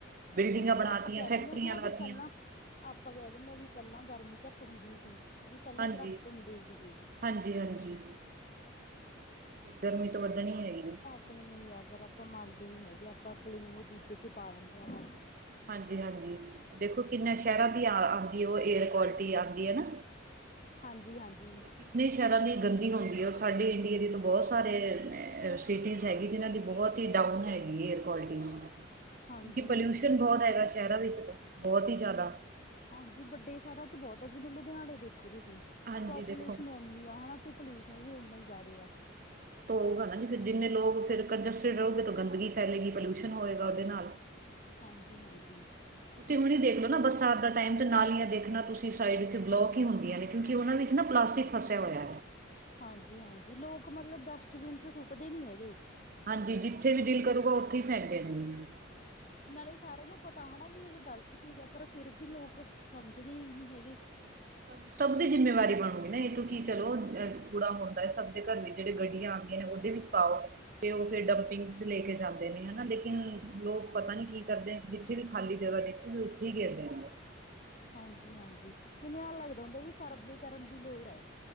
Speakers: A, on the right (about 45°); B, on the left (about 35°).
A: ਬਿਲਡਿੰਗਾਂ
B: ਹਾਂਜੀ
A: ਬਣਾਤੀਆਂ
B: ਆਪਾਂ ਕਹਿ
A: ਫੈਕਟਰੀਆਂ
B: ਦਿੰਦੇ ਹਾਂ ਹੈਨਾ
A: ਲਾਤੀਆਂ
B: ਵੀ ਪਹਿਲਾਂ। ਆਪਾਂ ਕਹਿ ਦਿੰਦੇੇ ਹਾਂ ਵੀ ਪਹਿਲਾਂ ਗਰਮੀ ਘੱਟ ਹੁੰਦੀ ਸੀ ਵੀ ਪਹਿਲਾਂ
A: ਹਾਂਜੀ
B: ਦਰਖਤ ਹੁੰਦੇ ਸੀਗੇ।
A: ਹਾਂਜੀ ਹਾਂਜੀ ਤੇ ਗਰਮੀ ਤੋਂ ਵੱਧਣ ਹੀ ਹੈਗੀ ਨ।
B: ਆਪਣੇ ਹੀ ਆ ਪਰ ਆਪਾਂ ਮੰਨਦੇ ਨੀ ਹੈਗੇ ਆਪਾਂ ਬਲੇਮ ਉਹ ਦੂਜੇ ਤੇ ਪਾ ਦਿੰਦੇ ਹਾਂ ਬਸ।
A: ਹਾਂਜੀ ਹਾਂਜੀ ਦੇਖੋ ਕਿੰਨਾ ਸ਼ਹਿਰਾਂ ਦੀ ਆ ਆਉਂਦੀ ਹੈ ਉਹ ਏਅਰ ਕੁਆਲਿਟੀ। ਆਉਂਦੀ ਹੈ ਨਾ।
B: ਹਾਂਜੀ-ਹਾਂਜੀ,
A: ਕਿੰਨੇ ਸ਼ਹਿਰਾਂ ਦੀ ਗੰਦੀ ਹੁੰਦੀ ਹੈ ਔਰ ਸਾਡੇ ਇੰਡੀਆ ਦੀ ਤਾਂ ਬਹੁਤ ਸਾਰੇ ਸਿਟੀਜ਼ ਹੈਗੀ ਜਿਨ੍ਹਾਂ ਦੀ ਬਹੁਤ ਡਾਊਨ ਹੈਗੀ ਏਅਰ ਕੁਆਲਿਟੀ।
B: ਹਾਂਜੀ-ਹਾਂਜੀ।
A: ਕਿਉਂਕਿ ਪੋਲਿਊਸ਼ਨ ਬਹੁਤ ਹੈਗਾ ਸ਼ਹਿਰਾਂ ਵਿੱਚ ਤਾਂ ਬਹੁਤ ਹੀ ਜ਼ਿਆਦਾ।
B: ਹਾਂਜੀ ਵੱਡੇ ਸ਼ਹਿਰਾਂ ਚ ਬਹੁਤ ਆ ਜੀ ਮੈਨ ਲੁਧਿਆਣੇ ਦੇਖੋ ਤੁਸੀਂ
A: ਹਾਂਜੀ
B: ਪਾਪੂਲੇਸ਼ਨ
A: ਦੇਖੋ ਉਹ
B: ਇਨੀ ਆ ਹੈਾ ਤੇ ਪੋਲਿਊਸ਼ਨ ਵੀ ਉਨਾ ਹੀ ਜ਼ਿਆਦਾ ਆ।
A: ਹੋਊਗਾ ਨਾ ਜੀ ਫਿਰ ਜਿੰਨੇ ਲੋਕ ਫਿਰ ਕੰਜਸਟਿਡ ਰਹਗੇ ਤਾਂ ਗੰਦਗੀ ਫੈਲੇਗੀ ਪੋਲਿਊਸ਼ਨ ਹੋਗਾ ਉਹਦੇ ਨਾਲ
B: ਹਾਂਜੀ ਹਾਂਜੀ।
A: ਤੁਂ ਹੁਣ ਹੀ ਦੇਖਲੋ ਨਾ ਬਰਸਾਤ ਦਾ ਟਾਈਮ ਤੇ ਨਾਲੀਆਂ ਦੇਖਣਾ ਤੁਸੀਂ ਸਾਈਡ ਇਥੇ ਬਲੋਕ ਹੀ ਹੁੰਦੀਆਂ ਨੇ। ਕਿਉਂਕਿ ਉਹਨਾਂ ਵਿੱਚ ਨਾ ਪਲਾਸਟਿਕ ਫਸਿਆ ਹੋਇਆ ਹੈ।
B: ਹਾਂਜੀ ਹਾਂਜੀ ਲੋਕ ਮਤਲਬ ਡਸਟਬਿਨ ਚ ਸੁੱਟਦੇ ਨੀ ਹੈਗੇ।
A: ਹਾਂਜੀ ਜਿੱਥੇ ਵੀ ਡਿਲ ਕਰੂਗਾ ਉੱਥੇ ਹੀ ਫੈਕਦੇਣਗੇ।
B: ਨਾਲੇ ਸਾਰਿਆਂ ਨੂੰ ਪਤਾ ਹੈ ਵੀ ਇਹ ਗ਼ਲਤ ਚੀਜ਼ ਹੈ ਪਰ ਫਿਰ ਵੀ ਲੋਕ ਸਮਝਦੇ ਹੀ ਨਹੀਂ ਹੈਗੇ।
A: ਸਭ ਸਭ ਦੀ ਜਿੰਮੇਵਾਰੀ ਬਣੂਗੀ ਨਾ ਇਹ ਤੋਂ ਕੀ ਚਲੋ ਕੂੜਾ ਹੁੰਦਾ ਸਭ ਘਰ ਵਿੱਚ ਜਿਹੜੇ ਗੱਡੀਆਂ ਆਉਂਦੀਆਂ ਨੇ ਉਹਦੇ ਵਿੱਚ ਪਾਓ। ਤੇ ਉਹ ਫਿਰ ਡੰਪਿੰਗ ਚ ਲੈ ਕੇ ਜਾਂਦੇ ਨੇ ਹਨਾ ਲੇਕਿਨ ਲੋਕ ਪਤਾ ਨੀ ਕੀ ਕਰਦੇ। ਜੱਥੇ ਵੀ ਖਾਲੀ ਜ੍ਹਾ ਦੇਖੋਗੀ ਉੱਥੇ ਹੀ ਆਂਦੇ ਹ ਆ।
B: ਹਾਂਜੀ ਹਾਂਜੀ ਮੈਨੂੰ ਐ ਲੱਗਦਾ ਹੁੰਦਾ ਵੀ ਸਰਵੀ ਕਰਨ ਦੀ ਲੋੜ ਹੈ।